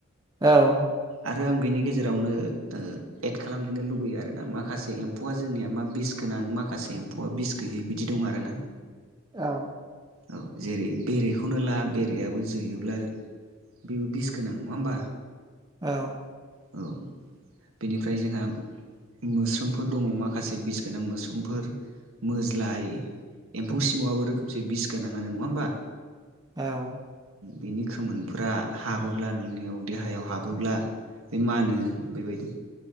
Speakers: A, on the right; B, on the right.
A: औ।
B: आरो आं बेनि गेजेरावनो एड खालामदेरनो लुबैयो आरोना माखासे एम्फौआ जोंनिया मा बिस गोनां माखासे एम्फौआ बिस गैयै बिदि दं आरोना।
A: औ।
B: औ जेरै बेरेखौनो ला बेरेाबो जोयोब्ला बेबो बिस गोनां नङा होनोमबा?
A: औ।
B: औ। बेनिफ्राय जोंहा मोस्रोमफोर दङ माखासे बिस गोनां मोस्रोमफोर। मोज्लाय एम्फौ सिमावआबो रोखोमसे बिस गोनाङानो नङा होमबा?
A: औ।
B: बिनि खोमोनफ्रा हाबोब्ला नोंनियाव देहायाव हाबोब्ला बे मानो बेबायदि।